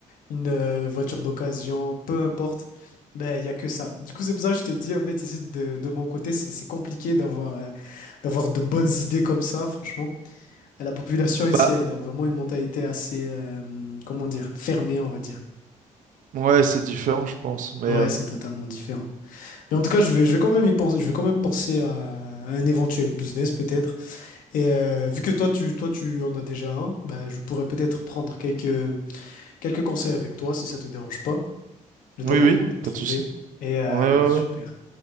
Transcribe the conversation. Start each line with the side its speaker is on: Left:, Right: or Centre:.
Left: une euh, voiture d'occasion, peu importe, ben, il n'y a que ça. Du coup, c'est pour ça que je te dis, en fait, ici, de, de mon côté, c'est, c'est compliqué d'avoir, euh, d'avoir de bonnes idées comme ça, franchement. Et la population ici,
Right: Bah,
Left: elle a vraiment une mentalité assez, euh, comment dire, fermée, on va dire.
Right: ouais, c'est différent, je pense. Mais
Left: Ouais,
Right: euh,
Left: c'est totalement différent. Mais en tout cas, je vais, je vais quand même y penser, je vais quand même penser à un éventuel business peut-être. Et euh, vu que toi, tu, toi, tu en as déjà un, ben, je pourrais peut-être prendre quelques, quelques conseils avec toi si ça te dérange pas. Le
Right: oui,
Left: temps pour
Right: oui,
Left: moi d'en
Right: pas
Left: trouver.
Right: de souci.
Left: Et euh,
Right: Ouais, ouais,
Left: super,
Right: ouais.